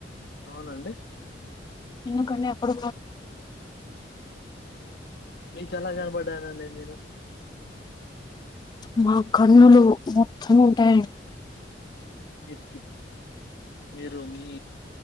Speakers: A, on the left; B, on the left.
A: అవునండి
B: ఎందుకంటే అప్పుడు
A: మీకు ఎలా కనపడ్డాను నేను
B: మా కన్నులు మొత్తం ఉంటాయండి
A: మీరికి మీరు మీ